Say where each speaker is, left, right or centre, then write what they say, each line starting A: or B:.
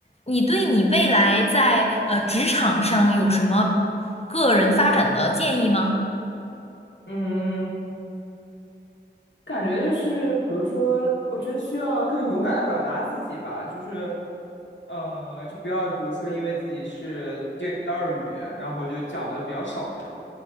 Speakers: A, on the left; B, on the left.
A: 你对你未来在呃职场上有什么个人发展的建议吗？
B: 嗯，感觉就是，比如说，我觉得需要更勇敢的表达自己吧，就是，呃，就不要，比如说，因为自己是第二语言，然后就讲的比较少这样。